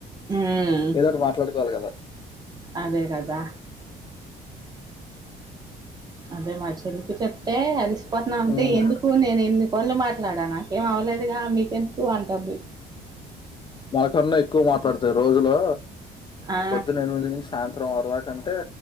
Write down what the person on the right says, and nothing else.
ఉమ్
అదే కదా అదే మా చెల్లుకి చెప్తే అలిసిపోతున్నాం అంటే
ఎందుకు నేను ఎన్నికను మాట్లాడా నాకేం అవ్వలేదుగా మీకెందుకు అంటుంది
ఆ